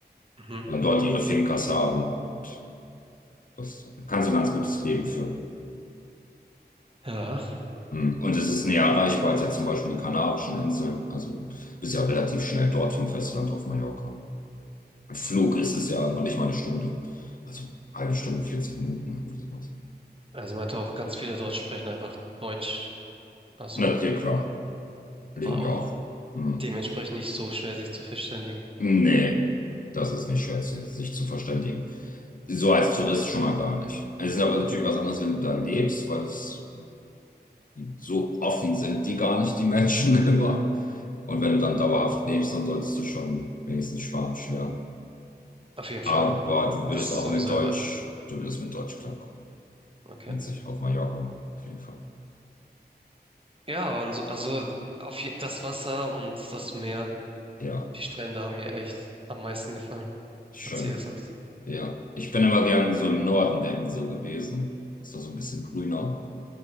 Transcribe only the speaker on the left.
dann dort ihre Fincas haben. Und das kann so ein ganz gutes Leben führen.
Hm. Und es ist näher erreichbar als jetzt zum Beispiel die Kanarischen Inseln. Also bist ja relativ schnell dort vom Festland auf Mallorca. Flug ist es ja noch nicht mal eine Stunde. Also halbe Stunde, 40 Minuten, irgendwie sowas.
Na, ja, klar.
Leben
ja auch. Hm.
Nee, das ist nicht schwer, zu- sich zu verständigen. So als Tourist schon mal gar nicht. Es ist aber natürlich was anderes, wenn du da lebst, weil es so offen sind die gar nicht, die Menschen <laughs> immer. Und wenn du dann dauerhaft lebst, dann solltest du schon wenigstens Spanisch lernen.
Aber
du würdest
auch
mit Deutsch,
du würdest mit Deutsch klarkommen.
Mit sich auf Mallorca, auf jeden Fall.
Ja,
schön.
Ja, ich bin immer gern so im Norden der Insel gewesen. Ist da so ein bisschen grüner.